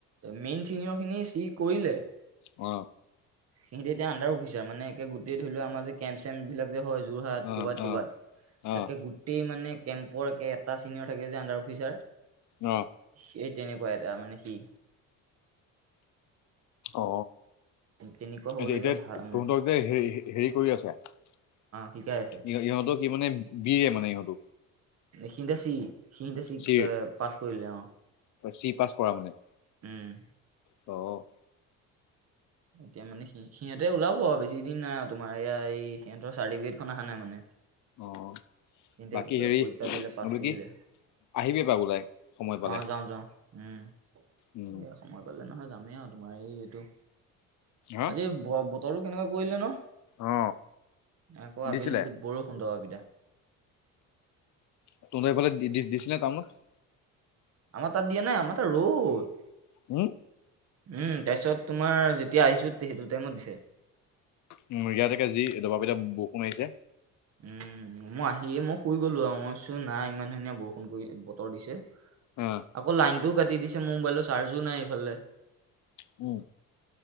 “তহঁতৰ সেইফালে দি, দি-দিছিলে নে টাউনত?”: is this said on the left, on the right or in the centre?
Left